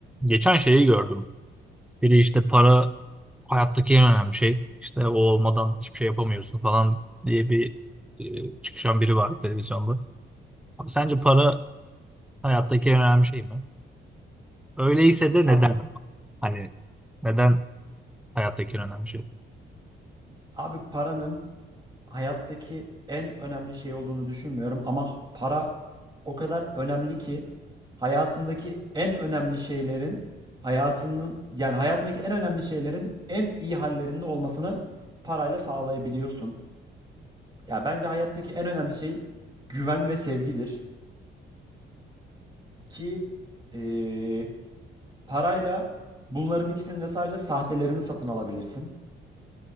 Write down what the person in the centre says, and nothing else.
Geçen şeyi gördüm. Biri işte para hayattaki en önemli şey. İşte o olmadan hiçbir şey yapamıyorsun falan diye bir e, çıkışan biri var televizyonda. Abi sence para hayattaki en önemli şey mi? Öyleyse de
neden? Hani neden hayattaki en önemli şey?